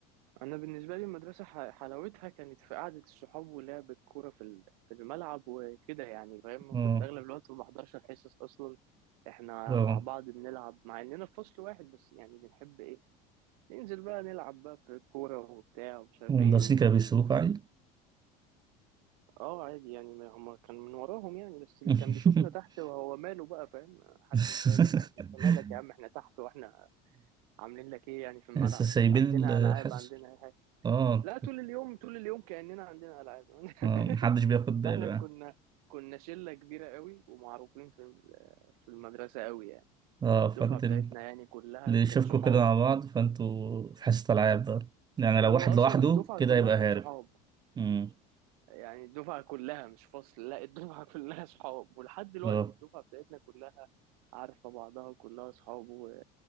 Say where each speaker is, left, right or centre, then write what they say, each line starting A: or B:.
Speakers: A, on the right; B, on the right.
A: انا بالنسبه لي المدرسه ح- حلاوتها كانت في قعده الصحاب ولعب الكوره في ال- في الملعب وكده يعني فاهم
B: اه
A: كنت اغلب الوقت ما بحضرش الحصص اصلا احنا
B: اه
A: مع بعض بنلعب مع اننا في فصل واحد بس يعني بنحب ايه ننزل بقى نلعب بقى في الكوره وبتاع ومش عارف
B: والمدرسين
A: ايه و...
B: كانوا بيسيبوك عادي
A: اه عادي يعني ما هم كان من وراهم يعني بس اللي
B: <laughs>
A: كان بيشوفنا تحت وهو ماله بقى فاهم محدش
B: <laughs>
A: بقى ليه حاجه انت مالك يا عم احنا تحت واحنا عاملين لك ايه يعني في الملعب
B: بس سايبين
A: عندنا
B: الحصص
A: العاب عندنا
B: اه
A: لا طول اليوم طول اليوم كأننا عندنا ألعاب <laughs>
B: آه، محدش بياخد باله
A: احنا
B: يعني
A: كنا كنا شلة كبيرة قوي ومعروفين في ال- في المدرسة قوي يعني
B: اه فانت
A: الدفعة بتاعتنا
B: ال-
A: يعني كلها
B: اللي يشوفكوا
A: كانت صحاب
B: كده مع بعض فانتوا في حصة العاب بقى يعني
A: هو
B: لو واحد
A: أصلا
B: لوحده
A: الدفعة
B: كده
A: كلها
B: يبقى
A: كانت
B: هارب
A: صحاب
B: امم
A: يعني الدفعة كلها مش فصل لا الدفعة <laughs> كلها صحاب ولحد دلوقتي
B: اه
A: الدفعة بتاعتنا كلها عارفة بعضها كلها صحاب و-